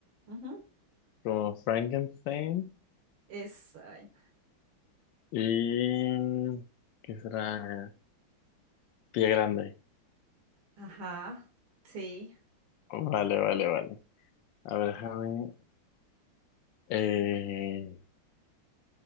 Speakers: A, on the right; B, on the left.
A: ujú,
B: como Frankenstein
A: Es, ay,
B: y... ¿Qué será? Pie Grande.
A: ajá, sí.
B: Vale, vale, vale. A ver, déjame. eh,